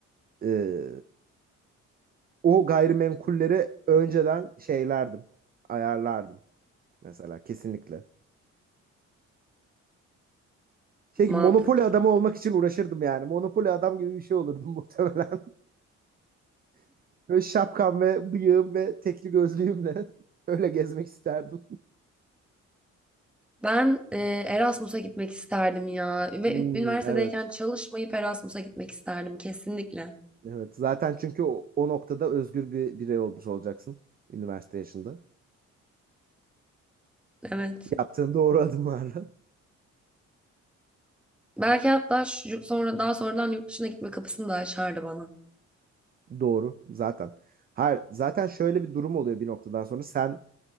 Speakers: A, on the right; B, in the centre.
A: Ee, o gayrimenkulleri önceden şeylerdim. Ayarlardım mesela kesinlikle. Şey
B: Mantıklı.
A: gibi monopoli adamı olmak için uğraşırdım yani. Monopoli adam gibi bir şey olurdum muhtemelen. <laughs> Böyle şapkam ve bıyığım ve tekli gözlüğümle <laughs> öyle gezmek isterdim.
B: Ben e, Erasmus'a gitmek isterdim ya. Ve
A: Hmm,
B: ün- üniversitedeyken
A: evet,
B: çalışmayıp Erasmus'a gitmek isterdim kesinlikle.
A: evet. Zaten çünkü o, o noktada özgür bir birey olmuş olacaksın üniversite yaşında.
B: Evet.
A: Yaptığın doğru adımlarla.
B: Belki hatta şu- sonra daha sonradan yurt dışına gitme kapısını da açardı bana.
A: <laughs> Doğru zaten. Her zaten şöyle bir durum oluyor bir noktadan sonra sen